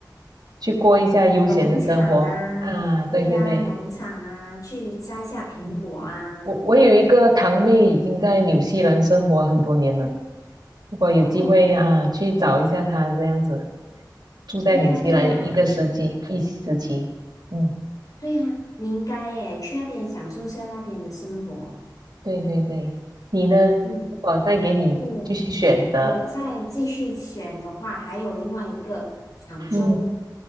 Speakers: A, on the right; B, on the left.
A: 去过一下悠闲的生活啊，
B: 农场啊，
A: 对对对，
B: 对呀、农场啊，去摘下苹果啊。
A: 嗯我我有一个堂妹已经在纽西兰生活很多年了，如果有机会啊，
B: 哦，
A: 去找一下她这样子，住在纽西兰一个时期一时期。
B: 对呀、对呀、
A: 嗯，
B: 对呀、你应该诶，去那边享受下那边的生活。
A: 对对对，你呢？
B: 嗯，
A: 我再给你继续选择，
B: 我我再继续选的话，还有另外一个杭州，
A: 嗯，